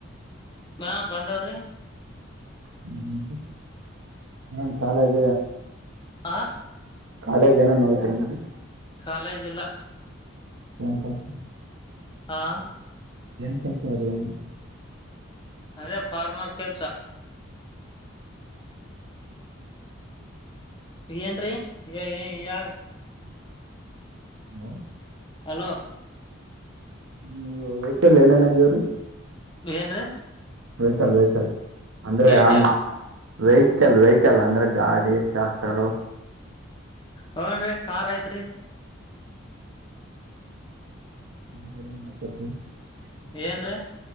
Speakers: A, on the left; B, on the right.
A: ಹ ಬಂದವ್ರಿ..
B: ಹ್ಮ್.. ನನ್ ಕಾಲೇಜ
A: ಹಾ
B: ಕಾಲೇಜ್ ಏನೋದ್ರನ್ರಿ.
A: ಕಾಲೇಜ್ ಇಲ್ಲ
B: ಏನ್ ಕಲ್.
A: ಹಾ
B: ಎನ್ಂತಸಾರ <unintelligible>
A: ಅದೇ ಫಾರ್ಮರ್ ಕೆಲ್ಸ. ಏನ್ರಿ ಏ ಏ ಯಾವ್.
B: <inaudible>
A: ಹಲೋ.
B: ಹ್ಮ ವೆಹಿಕಲ್ ಏನೇನ್ ಅಗ್ಯಾವರಿ.
A: ಏನ್ರೀ.
B: ವೆಹ್ಕಲ್ ವೆಹಕಲ್ ಅಂದ್ರೆ
A: ಏರ್ಟೆಲ್
B: ಆನ್. ವೆಹಿಕಲ್ ವೆಹಿಕಲ್ ಅಂದ್ರೆ ಗಾಡಿ ಟ್ರ್ಯಾಕ್ಟರು.
A: ಹುನ್ ರೀ ಕಾರ್ ಐತ್ರಿ.
B: ಹತ್ತ <unintelligible>
A: ಏನ್ರಿ.